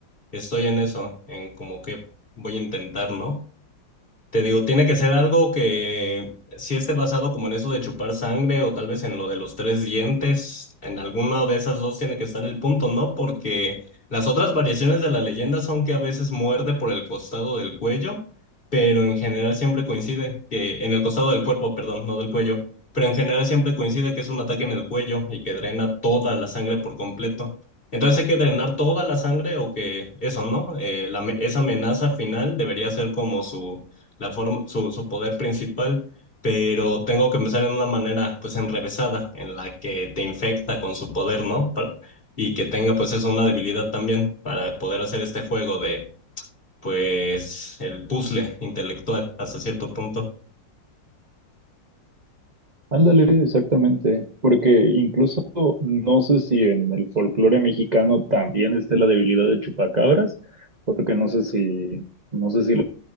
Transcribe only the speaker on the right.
Ándale, exactamente, porque incluso no sé si en el folclore mexicano también está la debilidad del chupacabras, porque no sé si, no sé si los